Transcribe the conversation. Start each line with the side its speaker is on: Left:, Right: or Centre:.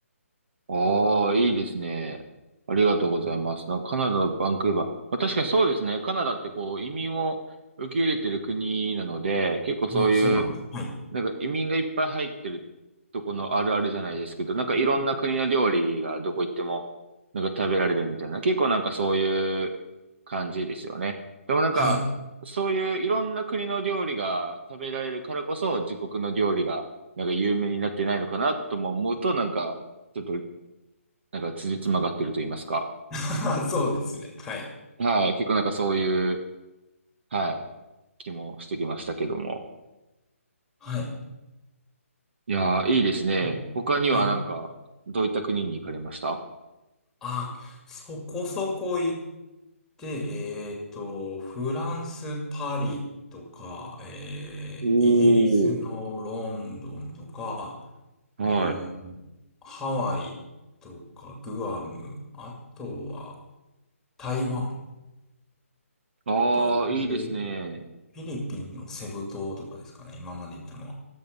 Right: ああ、いいですね。ありがとうございます。なカナダのバンクーバー。まあ、確かにそうですね。カナダってこう移民を受け入れてる国なので、結構そういう
Centre: まあ、そうなんです。はい。
Right: なんか移民がいっぱい入ってるとこのあるあるじゃないですけど、なんかいろんな国の料理がどこ行ってもなんか食べられるみたいな、結構なんかそういう感じですよね。でもなんか、
Centre: はい。
Right: そういういろんな国の料理が食べられるからこそ、自国の料理がなんか有名になってないのかなとも思うと、なんか、ちょっと、なんか辻褄が合ってると言いますか。
Centre: <laughs> そうですね。はい。
Right: はい、結構なんかそういう、はい、気もしてきましたけども。
Centre: はい。
Right: いやー、いいですね。
Centre: や
Right: 他にはなんか、
Centre: はい。
Right: どういった国に行かれました
Centre: あ、そこそこ行って、えっと、フランス・パリとか、えー、
Right: お
Centre: イギリスのロンドンとか、
Right: ー。はい。
Centre: うん、ハワイとか、グアム、あとは台湾
Right: ああ、
Centre: と、
Right: いいですね。
Centre: えーフィリピンのセブ島とかですかね、今まで行ったのは。